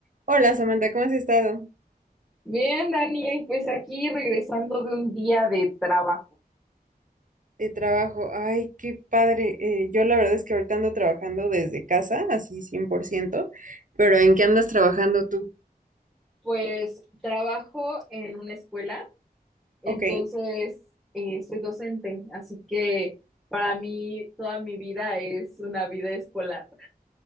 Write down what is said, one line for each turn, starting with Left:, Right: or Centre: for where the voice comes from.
Right: Hola Samantha, ¿cómo has estado?
Centre: Bien, Dani, y pues aquí regresando de un día de trabajo.
Right: De trabajo. Ay, qué padre. Eh, yo la verdad es que ahorita ando trabajando desde casa, así 100%. pero ¿en qué andas trabajando tú?
Centre: Pues trabajo en una escuela, entonces
Right: Ok.
Centre: eh, soy docente, así que para mí toda mi vida es una vida escolar.